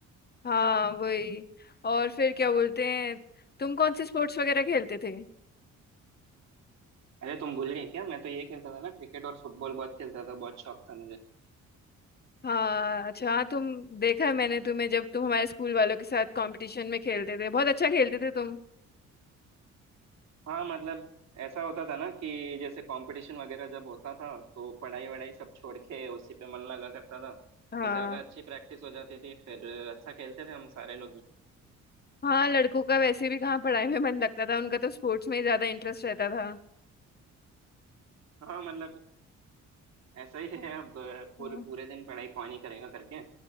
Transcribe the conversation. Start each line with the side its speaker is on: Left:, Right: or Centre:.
Left: हाँ वही और फिर क्या बोलते हैं तुम कौन से स्पोर्ट्स वगैरह खेलते थे
Right: अरे तुम भूल गए क्या मैं तो ये खेलता था ना क्रिकेट और फुटबॉल बहुत खेलता था बहुत शौक था मुझे
Left: हाँ अच्छा हाँ तुम देखा है मैंने तुम्हें जब तुम हमारे स्कूल वालों के साथ कंपटीशन में खेलते थे बहुत अच्छा खेलते थे तुम
Right: हाँ मतलब ऐसा होता था ना कि जैसे कंपटीशन वगैरह जब होता था तो पढ़ाई वढ़ाई सब छोड़ के उसी पे मन लगा करता था
Left: हाँ
Right: तो ज्यादा अच्छी प्रैक्टिस हो जाती थी फिर अच्छा खेलते थे हम सारे लोग ही
Left: हाँ लड़कों का वैसे भी कहाँ पढ़ाई में मन लगता था उनका तो स्पोर्ट्स में ही ज्यादा इंटरेस्ट रहता था
Right: हाँ मतलब ऐसा ही है अब पूरे
Left: हाँ
Right: पूरे दिन पढ़ाई कौन ही करेगा करके